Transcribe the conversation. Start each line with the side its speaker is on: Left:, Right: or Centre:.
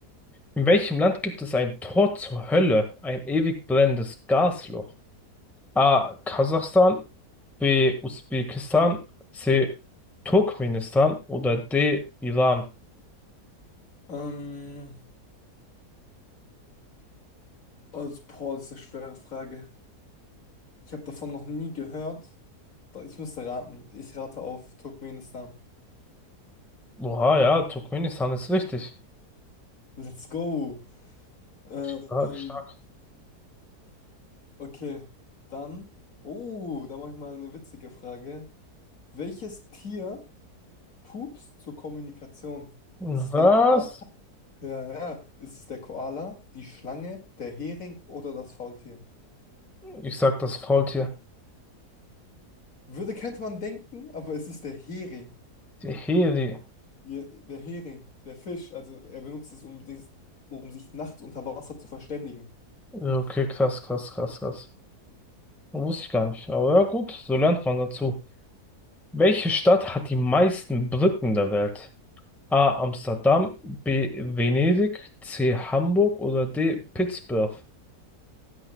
Centre: In welchem Land gibt es ein Tor zur Hölle, ein ewig brennendes Gasloch? A. Kasachstan, B. Usbekistan, C. Turkmenistan oder D. Iran?
Left: Ähm, also, boah, das ist eine schwere Frage. Ich habe davon noch nie gehört. Da- Ich müsste raten. Ich rate auf Turkmenistan.
Centre: Oha, ja, Turkmenistan ist richtig.
Left: Let's go. Ähm,
Centre: Stark, stark.
Left: okay, dann. Oh, da mache ich mal eine witzige Frage. Welches Tier pupst zur Kommunikation?
Centre: Was?
Left: Ist es der Koala? Ja, ja. Ist es der Koala, die Schlange, der Hering oder das Faultier?
Centre: Ich sag das Faultier.
Left: Würde, könnte man denken, aber es ist der Hering.
Centre: Teheri.
Left: Der, der Hering, der Fisch. Also er benutzt es, um, dich- um sich nachts unter Wasser zu verständigen.
Centre: Okay, krass, krass, krass, krass. Wusste ich gar nicht. Aber ja, gut, so lernt man dazu. Welche Stadt hat die meisten Brücken der Welt? A. Amsterdam, B. Venedig, C. Hamburg oder D. Pittsburgh.